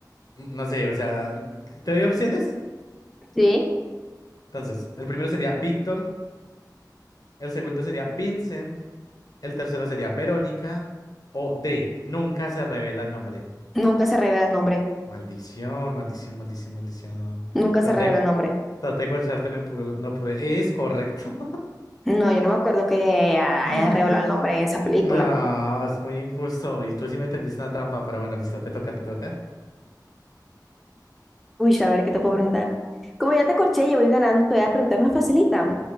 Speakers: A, on the left; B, in the centre.
A: No sé, o sea, ¿te doy opciones?
B: Sí.
A: Entonces, el primero sería Víctor, el segundo sería Vincent, el tercero sería Verónica o D. Nunca se revela el nombre.
B: Nunca se revela el nombre.
A: Maldición, maldición, maldición, maldición.
B: Nunca
A: Traté,
B: se revela el nombre.
A: traté de corcharte, no pude, no pude. Es correcto.
B: No, yo no me acuerdo que hayan
A: <laughs>
B: revelado el nombre en esa película.
A: No, es muy injusto. Y tú sí me tendiste una trampa, pero bueno, listo, te toca, te toca.
B: Uy, a ver, ¿qué te puedo preguntar? Como ya te corché, yo voy ganando, te voy a preguntar una facilita.